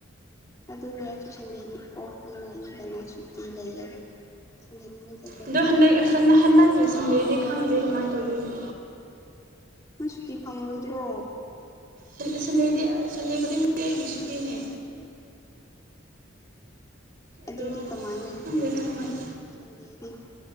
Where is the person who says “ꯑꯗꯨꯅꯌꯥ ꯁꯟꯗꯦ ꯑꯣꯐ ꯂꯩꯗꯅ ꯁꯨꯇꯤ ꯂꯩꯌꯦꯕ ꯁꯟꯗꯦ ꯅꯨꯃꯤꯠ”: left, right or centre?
Left